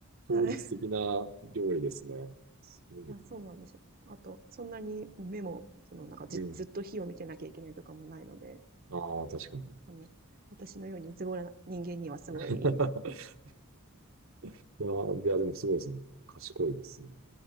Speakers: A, on the right; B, on the right.
A: 効率的な料理ですね。
B: はい。<laughs>
A: すごいな
B: いや、そうなんですよ。あと、そんなに目も、その、なんかずずっと火を見てなきゃいけないとかもないので、
A: うん。ああ、確かに。
B: あの、私のようにズボラな人間にはすごいいいです。
A: <laughs> いやー、いやでもすごいですね。賢いですね。